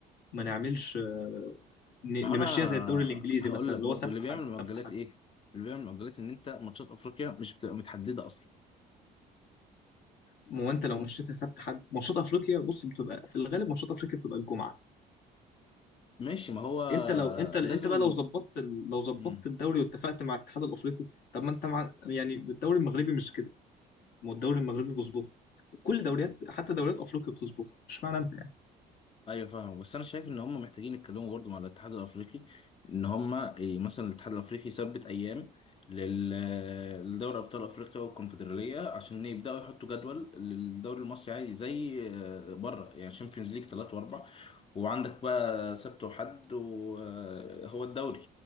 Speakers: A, on the left (about 65°); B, on the left (about 35°).
A: ما نعملش آه، ن-
B: ما هو انا
A: نمشيها زي الدوري الانجليزي
B: هقول
A: مثلا
B: لك
A: اللي
B: برضو
A: هو سبت
B: اللي بيعمل
A: حد
B: مؤجلات
A: سبت حد
B: ايه اللي بيعمل مؤجلات ان انت ماتشات افريقيا مش بتبقى متحدده اصلا
A: ما هو انت لو مشيتها سبت حد ماتشات افريقيا بص بتبقى في الغالب ماتشات افريقيا بتبقى الجمعه
B: ماشي ما هو
A: انت لو انت انت
B: لازم
A: بقى لو ظبطت ال- لو ظبطت
B: مم.
A: الدوري واتفقت مع الاتحاد الافريقي طب ما انت مع يعني الدوري المغربي مش كده ما هو الدوري المغربي بيظبطها كل دوريات حتى دوريات افريقيا بتظبطها مش معنى انت
B: ايوه فاهم بس انا شايف ان هم محتاجين يتكلموا برضو مع الاتحاد الافريقي ان هم إيه مثلا الاتحاد الافريقي يثبت ايام لل- لدوري ابطال افريقيا والكونفدراليه عشان يبداوا يحطوا جدول للدوري المصري عادي زي آه، بره يعني شامبيونز ليج ثلاثة واربع وعندك بقى سبت وحد وهو الدوري